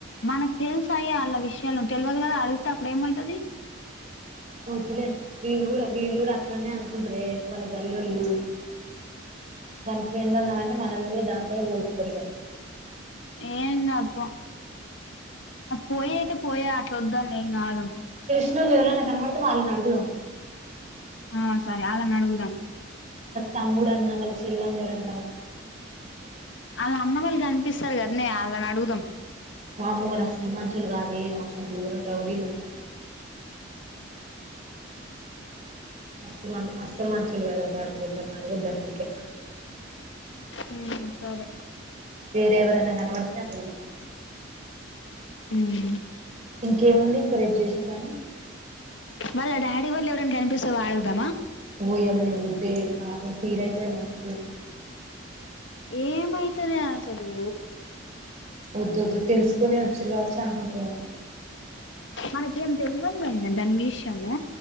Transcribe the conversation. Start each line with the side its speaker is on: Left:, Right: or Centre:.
Left: మనకు తెలుసయే వాళ్ళ విషయలు తెల్వదు కదా అడిగితే అప్పుడు ఏమయితది
Right: వొద్దులే వీలు కూడా వీలు కూడా అట్లనే అ కుంటరే వాళ్ళు గల్లోల్లు దానికి ఫ్రెండు అన్నమంటే మనల్ని కూడా దాంతోనే పోల్స్తారు ఇగ
Left: ఎందా పో పోయి అయితే పోయా అట్లా వద్దాం ఏం కాదు
Right: <unintelligible> ఎవరన్న కనపడితే వాళ్ళని అడుగుదాం
Left: ఆ సరే అలాని అడుగుదాం
Right: తమ్ముడు అన్నవు కదా చెల్లన్ అని ఎవరన్
Left: ఆళ్ళ అన్న వాళ్ళు కనిపిస్తారు కదనే అలాని అడుగుదాం
Right: మామూ వాళ్ళ అస్తలు మంచొల్లు కాదే మస్తు గోరమ్ రౌడీలు అస్సలు మన్ అస్సలు మంచొల్లు కదు బాడకోన్నాడుగు వద్దా సంఖ్య
Left: హ్మ్ సరే
Right: వేరేవరన్న కనబడితే అడుగుదాం
Left: హ్మ్
Right: ఇంకేముంది ఇంక రేపు చేసే పని
Left: వాళ్ళ డాడీ వాళ్ళు ఎవరైనా కనిపిస్తరు ఆడుగుదామా
Right: వోయమ్మో <unintelligible> వద్దే పాపం ఫీల్ అయితదే మస్తు
Left: ఏమైతదే అసలు
Right: వద్దు వద్దు తెలుసుకునే వచ్చిర్రు కావచ్చు అనుకుంటురేమో
Left: మనకేం తెల్వదు <unintelligible> దాని విషయము